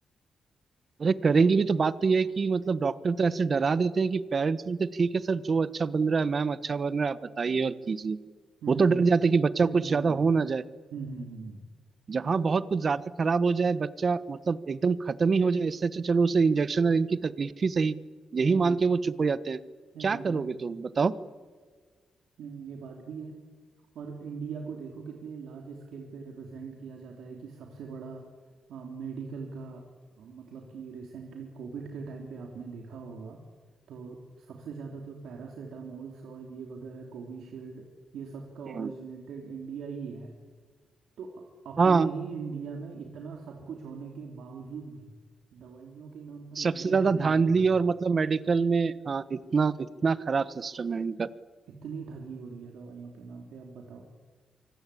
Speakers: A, on the right; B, on the right.
A: अरे करेंगे भी तो बात तो ये है कि मतलब डॉक्टर तो ऐसे डरा देते हैं कि पेरेंट्स बोलते हैं, ठीक है सर जो अच्छा बन रहा है मैम अच्छा बन रहा है आप बताइए और कीजिए
B: हम्म
A: वो तो डर जाते हैं कि बच्चा
B: हम्म
A: कुछ
B: हम्म
A: ज्यादा हो ना जाए
B: हम्म हम्म
A: जहां बहुत कुछ ज्यादा खराब हो जाए बच्चा मतलब एकदम खत्म ही हो जाए इससे अच्छा चलो उसे इंजेक्शन और इनकी तकलीफ ही सही यही
B: हम्म हम्म
A: मान
B: हम्म हम्म,
A: के वो चुप हो जाते हैं
B: हम्म,
A: क्या
B: हम्म, हम्म,
A: करोगे
B: हम्म, हम्म, हम्म, हम्म, हम्म, हम्म, हम्म, हम्म,
A: तुम बताओ
B: हम्म, ये बात भी है और इंडिया को देखो कितने लार्ज स्केल पे रिप्रेजेंट किया जाता है कि सबसे बड़ा मेडिकल का अ, मतलब कि रिसेंटली कोविड के टाइम पे आपने देखा होगा तो सबसे ज़्यादा तो पैरासिटामोल्स और ये वगैरह कोविशील्ड ये सब का ओरिजिनेटेड
A: हम्म।
B: इंडिया ही है तो अ- अपने
A: हाँ
B: ही इंडिया में इतना सब कुछ होने के बावजूद भी दवाइयों के नाम पर इतनी
A: सबसे ज्यादा
B: ठगी
A: धांधली
B: हो रही है
A: और मतलब मेडिकल में हाँ इतना इतना खराब सिस्टम है इनका
B: इतनी ठगी हो रही है दवाइयों के नाम पे आप बताओ